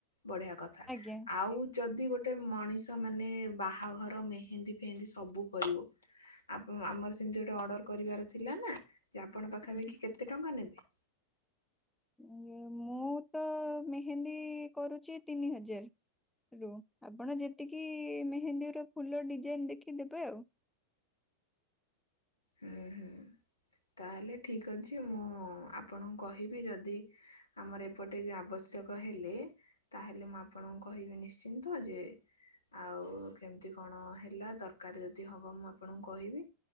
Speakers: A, on the left; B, in the centre.
A: ବଢିଆ କଥା
B: ଆଜ୍ଞା
A: ଆଉ ଯଦି ଗୋଟେ ମଣିଷ ତ ମାନେେ ବାହାଘର ମେହେନ୍ଦୀ ଫେହେନ୍ଦୀ ସବୁ କରିବ ଆପ ଆମର ସେମିତି ଗୋଟେ ଅର୍ଡର କରିବାର ଥିଲା ନା ଯେ ଆପଣ ପାଖାପାଖି
B: ଆଜ୍ଞା।
A: କେତେ ଟଙ୍କା ନେବେ?
B: ମୁଁ ମୁଁ ତ ମେହେନ୍ଦୀ କରୁଛି ତିନି ହଜାର ରୁ ଆପଣ ଯେତିକି ମେହେନ୍ଦୀ ର ଫୁଲ ଡିଜାଇନ ଦେଖି ଦେବେ ଆଉ।
A: ହୁଁ ହୁଁ ତାହେଲେ ଠିକ୍ ଅଛି ମୁଁ ଆପଣଙ୍କୁ କହିବି ଯଦି ଆମର ଏପଟିକ ଆବଶ୍ୟକ ହେଲେ ତାହେଲେ ମୁଁ ଆପଣଙ୍କୁ କହିବି ନିଶ୍ଚିନ୍ତ ଯେ ଆଉ କେମିତି କଣ ହେଲା ଦରକାରୀ ଯଦି ହବ ମୁଁ ଆପଣଙ୍କୁ କହିବି।